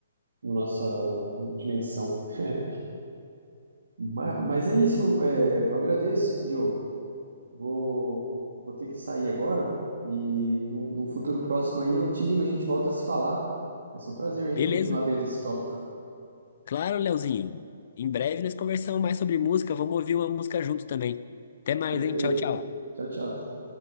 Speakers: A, on the right; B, on the left.
A: na nossa dimensão. <laughs> Ma- Mas, é isso, é, eu agradeço, Diogo. Vou, vou ter que sair agora e num, num futuro próximo aí eu te ligo, a gente volta a se falar. Vai ser um prazer a gente
B: Beleza.
A: continuar dentro desse tópico.
B: Claro, Leozinho. Em breve nós conversamos mais sobre música. Vamos ouvir uma música junto também. Até mais,
A: Perfeito.
B: hein? Tchau, tchau.
A: Tchau, tchau.